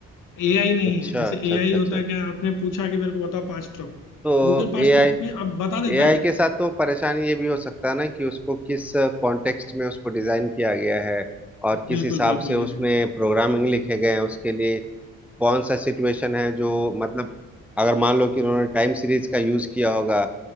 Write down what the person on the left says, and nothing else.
एआई नहीं
है जैसे
एआई
होता
है
क्या आपने पूछा कि मेरे को बताओ पांच टॉप
गूगल पांच
टॉप भी अब बता देता
है
बिल्कुल
बिल्कुल
ये
भी